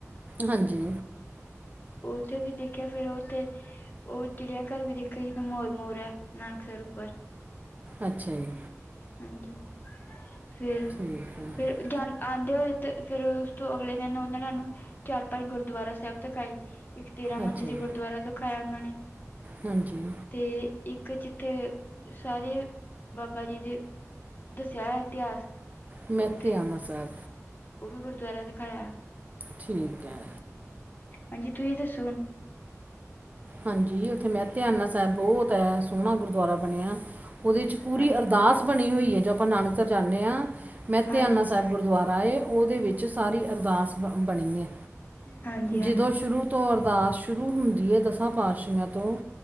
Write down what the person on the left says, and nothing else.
ਉੱਥੇ ਵੀ ਦੇਖਿਆ ਫੇਰ ਉੱਥੇ ਉਹ ਚਿੜੀਆ ਘਰ ਵੀ ਦੇਖੋ ਜਿੱਥ ਮੋਰ- ਮੋਰ ਹੈ ਨਾਨਕਸਰ ਉੱਪਰ
ਹਾਂਜੀ ਫਿਰ-
ਫਿਰ ਗਿਆ ਆਉਂਦੇ ਹੋਏ ਤੇ ਫੇਰ ਉਸ ਤੋਂ ਅਗਲੇ ਦਿਨ ਉਹਨਾਂ ਨੂੰ ਚਾਰ ਪੰਜ ਗੁਰ ਦੁਆਰਾ ਸਾਹਿਬ ਦਿਖਾਈ ਇੱਕ ਤੇਰਾਂ
ਮੰਜਲੀ
ਗੁਰਦੁਆਰਾ ਦਿਖਾਇਆ ਉਹਨਾਂ ਨੇ।
ਅਤੇ ਇੱਕ ਜਿੱਥੇ ਸਾਰੇ ਬਾਬਾ ਜੀ ਦੇ ਦੱਸਿਆ ਹੋਇਆ ਇਤਿਹਾਸ
ਉੱਥੇ
ਉਹ ਵੀ ਗੁਰਦੁਆਰਾ ਦਿਖਾਇਆ।
ਹਾਂਜੀ ਤੁਸੀ ਦੱਸੋ ਹੁਣ
ਹਾਂਜੀ
ਹਾਂਜੀ
ਹਾਂਜੀ ਹਾਂਜੀ